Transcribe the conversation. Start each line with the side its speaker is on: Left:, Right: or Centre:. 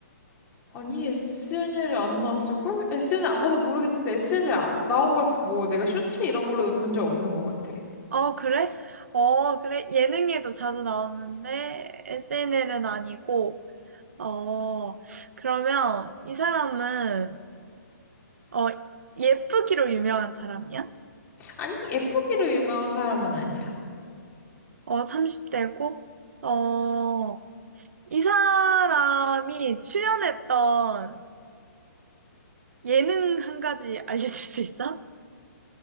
Left: 아니, SNL에 안 나왔을걸? SNL 안 봐서 모르겠는데, SNL 아- 나온 걸 뭐, 내가 쇼츠 이런 걸로도 본 적 없는 것 같아.
Right: 어, 그래? 어, 그래. 예능에도 자주 나오는데 SNL은 아니고, 어, 그러면 이 사람은, 어, 예쁘기로 유명한 사람이야?
Left: 아니, 예쁘기로 유명한 사람은 아니야.
Right: 어, 30대고, 어, 이 사람이 출연했던 예능 한 가지 알려줄 수 있어?